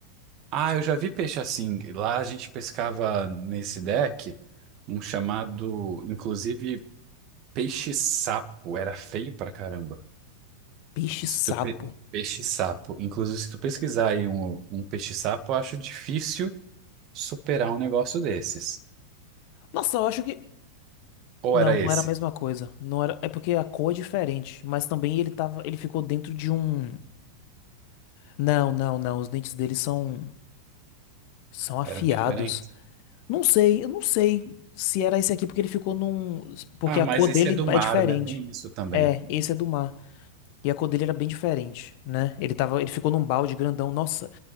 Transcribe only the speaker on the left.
Peixe-sapo.
Nossa, eu acho que.
Não,
não era a mesma coisa. Não era... É porque a cor é diferente. Mas também ele tava. Ele ficou dentro de um. Não, não, não. Os dentes dele são. São afiados.
Não sei, eu não sei se era esse aqui, porque ele ficou num. Porque
a
cor
dele
é diferente.
É, esse é do mar. E a cor dele era bem diferente, né? Ele tava. Ele ficou num balde grandão. Nossa.